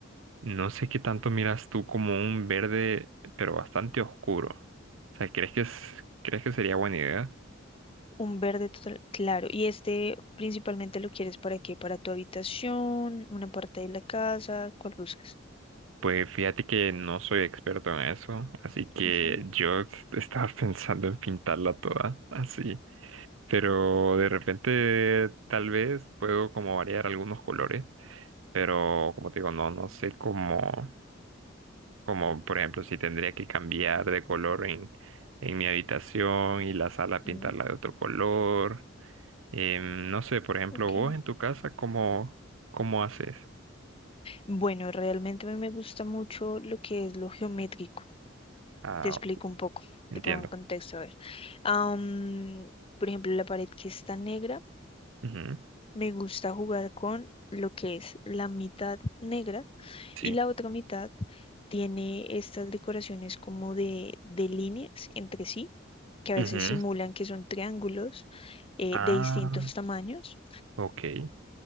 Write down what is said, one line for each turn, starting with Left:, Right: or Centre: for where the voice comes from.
Right: No sé qué tanto miras tú como un verde, pero bastante oscuro. O sea, ¿crees que es- crees que sería buena idea?
Left: Un verde total, claro. ¿Y este principalmente lo quieres para qué? ¿Para tu habitación? ¿Una parte de la casa? ¿Cuál buscas?
Right: Pues fíjate que no soy experto en eso, así que
Left: Ujú,
Right: yo est- estaba <laughs> pensando en pintarla toda así. Pero de repente tal vez puedo como variar algunos colores, pero como te digo, no, no sé cómo, como por ejemplo si tendría que cambiar de color en, en mi habitación y la sala pintarla
Left: mm,
Right: de otro color. Eh, no sé, por ejemplo,
Left: ok.
Right: vos en tu casa, ¿cómo, cómo haces?
Left: Bueno, realmente a mí me gusta mucho lo que es lo geométrico.
Right: Ah,
Left: Te explico un poco,
Right: entiendo.
Left: te pongo en contexto, a ver. Am, por ejemplo, la pared que está negra.
Right: Ujú,
Left: Me gusta jugar con lo que es la mitad negra
Right: Sí.
Left: y la otra mitad tiene estas decoraciones como de, de líneas entre sí, que a
Right: Ujú.
Left: veces simulan que son triángulos eh,
Right: Ah,
Left: de distintos tamaños.
Right: ok,